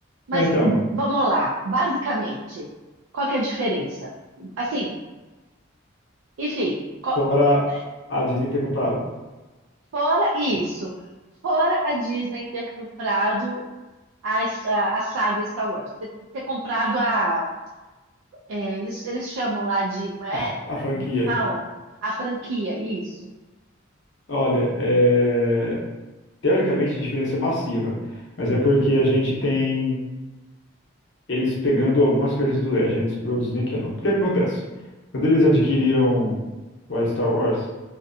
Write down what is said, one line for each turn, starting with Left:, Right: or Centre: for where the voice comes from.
Right: Mas
Left: Mas Então,
Right: m- vamos lá, basicamente, qual que é a diferença? Assim, enfim, qual-
Left: fora
Right: é,
Left: a Disney ter comprado
Right: fora isso, fora a Disney ter comprado a, s- a, a saga Star Wars, ter, ter comprado a, é, eles, eles chamam lá de, como é,
Left: a, a franquia.
Right: como que fala? A franquia, isso.
Left: Olha, é, teoricamente a diferença é massiva. Mas é porque a gente tem eles pegando algumas coisas do Legends pro Disney Channel. Porque que que acontece? Quando eles adquiriram o Star Wars,